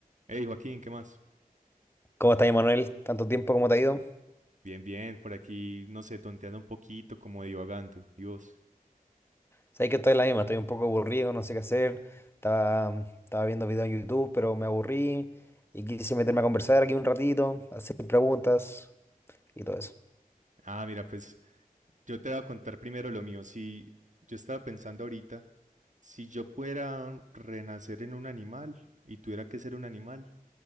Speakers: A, on the right; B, on the left.
A: Hey Joaquín, ¿qué más?
B: ¿Cómo estás, Manuel? ¿Tanto tiempo? ¿Cómo te ha ido?
A: Bien, bien, por aquí, no sé, tonteando un poquito, como divagando. ¿Y vos?
B: Sabes que estoy en la misma, estoy un poco aburrido, no sé qué hacer. Estaba, estaba viendo videos en YouTube, pero me aburrí y quise meterme a conversar aquí un ratito, hacer preguntas y todo eso.
A: Ah, mira, pues yo te voy a contar primero lo mío. Si yo estaba pensando ahorita, si yo pudiera renacer en un animal y tuviera que ser un animal,